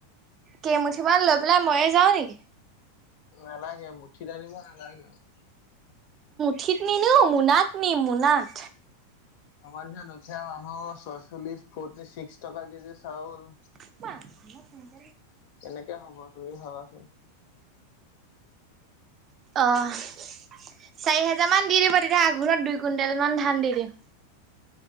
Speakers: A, on the right; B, on the left.
A: কেইমুঠিমান লৈ পেলাই মইয়ে যাও নেকি?
B: নালাগে মুঠি দানিব নালাগে আৰু
A: ঠিত নিনিও মোনাত নিম, মোনাত।
B: আমাৰ নিচিনা দুখীয়া মানুহ ছয়চল্লিশ, ফৰ্টি ছিক্স টকা কেজি চাউল।
A: <unintelligible>
B: কেনেকে হ'ব তুমি ভাবাচোন
A: অহ চাৰি হেজাৰ মান দি দিব তেতিয়া আঘোণত দুই কুইণ্টেল মান ধান দি দিম।